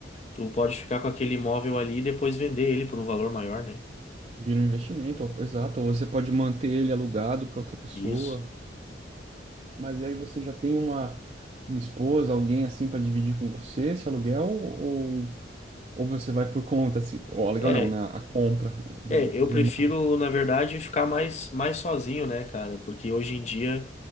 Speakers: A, on the left (about 40°); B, on the right (about 35°).
A: tu pode ficar com aquele imóvel ali e depois vender ele por um valor maior, né?
B: Vira um investimento, ou- exato. Ou você pode manter ele alugado para outra pessoa.
A: Isso.
B: Mas e aí você já tem uma, uma esposa, alguém assim para dividir com você esse aluguel? Ou, ou você vai por conta, assim, o aluguel
A: É,
B: não, né? A compra do,
A: é,
B: do
A: eu prefiro,
B: imóvel.
A: na verdade, ficar mais, mais sozinho, né, cara? Porque hoje em dia